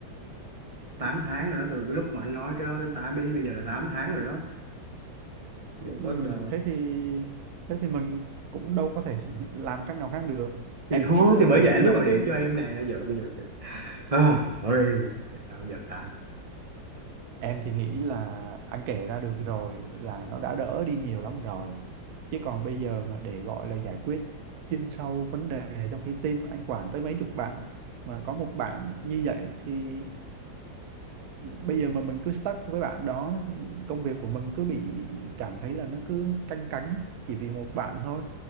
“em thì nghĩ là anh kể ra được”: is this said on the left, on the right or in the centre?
Right